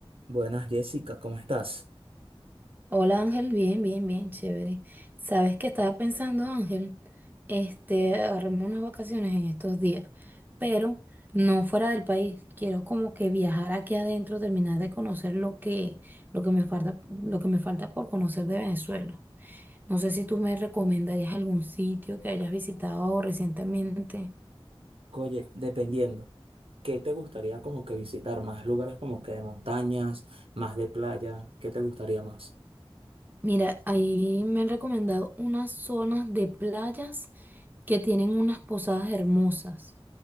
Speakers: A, on the right; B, on the right.
A: Buenas, Jessica, ¿cómo estás?
B: Hola Ángel, bien, bien, bien, chévere. ¿Sabes qué estaba pensando, Ángel? Este, agarrarme unas vacaciones en estos días, pero no fuera del país. Quiero como que viajar aquí adentro, terminar de conocer lo que, lo que me falta, lo que me falta por conocer de Venezuela. No sé si tú me recomendarías algún sitio que hayas visitado recientemente.
A: Oye, dependiendo, ¿qué te gustaría como que visitar? ¿Más lugares como que de montañas, más de playa? ¿Qué te gustaría más?
B: Mira, ahí me han recomendado unas zonas de playas que tienen unas posadas hermosas.